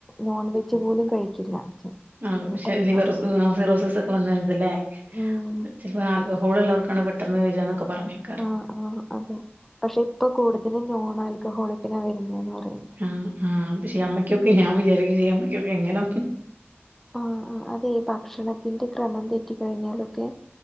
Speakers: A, in the centre; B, on the right (about 45°).
A: നോൺവെ ജ് പോലും കഴിക്കില്ല അച്ഛൻ
B: ആഹ്
A: എന്നിട്ടായിരുന്നു
B: പക്ഷെ ലിവർ
A: വന്നത്
B: സ് സിറോസിസ് ഒക്കെ വന്നത് ല്ലേ
A: ഉം
B: ചെൽപ്പം ആൽക്കഹോൾ ഉള്ളോർക്കാണ് പെട്ടെന്ന് വെര എന്നൊക്കെ പറഞ്ഞ് <unintelligible>
A: ആഹ് ആഹ് അതെ പക്ഷെ ഇപ്പൊ കൂടുതലും നോൺ ആൽക്കഹോളിക്കിനാ വരുന്നേന്ന് പറയുന്നു
B: ആഹ് ആഹ് പക്ഷേ അമ്മക്കൊക്കെ ഞാൻ വിചാരിക്കും ഈ അമ്മക്കൊക്കെ എങ്ങനെ
A: ആഹ് ആഹ് അത് ഭക്ഷണത്തിന്റെ ക്രമം തെറ്റിക്കഴിഞ്ഞാലൊക്കെ